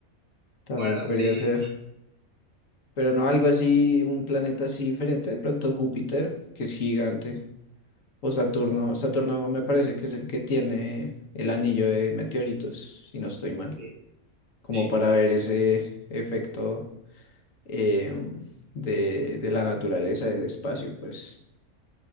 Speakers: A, on the left; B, on the right.
A: también
B: Bueno,
A: podría
B: sí,
A: ser.
B: sí,
A: Pero no algo así, un planeta así diferente, de pronto Júpiter, que es gigante, o Saturno. Saturno me parece que es el que tiene el anillo de meteoritos, si no estoy mal,
B: sí.
A: como
B: sí.
A: para ver ese efecto em, de, de la naturaleza, del espacio, pues